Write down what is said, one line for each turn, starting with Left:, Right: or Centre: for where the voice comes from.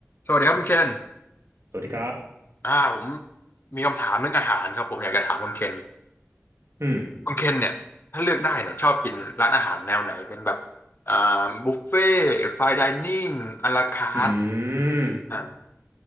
Left: สวัสดีครับคุณเคน
Right: สวัสดีครับ
Left: อ่าผมมีคำถามเรื่องอาหารครับผมอยากจะถามคุณเคน
Right: อืม
Left: คุณเคนเนี่ยถ้าเลือกได้เนี่ยชอบกินร้านอาหารแนวไหนเป็นแบบอ่าบุฟเฟ่ไฟน์ไดนิ่งอลาคาร์ท
Right: อืม
Left: อ่า